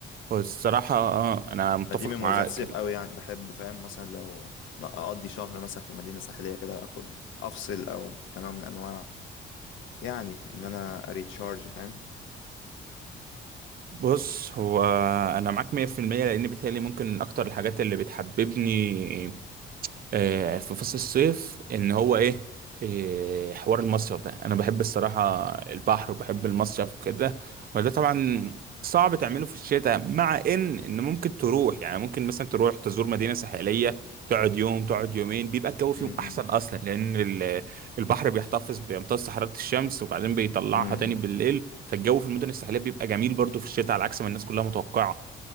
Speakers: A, on the right (about 50°); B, on the left (about 80°).
A: هو الصراحة اه انا متفق
B: فدي من مميزات
A: معاك
B: الصيف قوي يعني بحب فاهم مثلا لو ن- أقضي شهر مثلا في مدينة ساحلية كده أخد أفصل أو كنوع من أنواع يعني ان انا اريتشارج فاهم
A: بص هو انا معاك 100% لان بيتهيألي ممكن من اكتر الحاجات اللي بتحببني آه، في فصل الصيف ان هو ايه آه، حوار المصيف ده انا بحب الصراحة البحر وبحب المصيف وكده وده طبعا صعب تعمله في الشتاء مع ان ان ممكن تروح يعني ممكن مثلا تروح تزور مدينة ساحلية تقعد يوم تقعد يومين بيبقى الجو فيهم
B: امم
A: احسن اصلا لان ال- البحر بيحتفظ بيمتص حرارة الشمس وبعدين بيطلعها
B: امم
A: تاني بالليل فالجو في المدن الساحلية بيبقى جميل برضو في الشتاء على عكس ما الناس كلها متوقعة